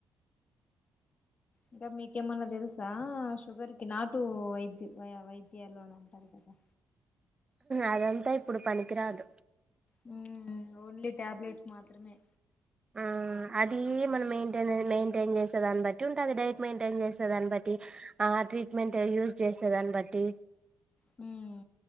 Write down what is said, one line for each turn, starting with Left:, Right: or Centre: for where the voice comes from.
Left: ఇంకా మీకేమన్నా తెలుసా షుగర్ కి నాటు వైద్య వైద్య లోన్ అంటారు కదా
Right: అదంతా ఇప్పుడు పనికిరాదు
Left: హ్మ్ ఓన్లీ ట్యాబ్లేట్స్ మాత్రమే
Right: ఆ అది మనం మెయింటైన్ మెయింటైన్ చేసే దాన్ని బట్టి ఉంటది, డైట్ మెయింటైన్ చేసే దాన్ని బట్టి ఆ ట్రీట్మెంట్ యూజ్ చేసే దాన్ని బట్టి
Left: హ్మ్మ్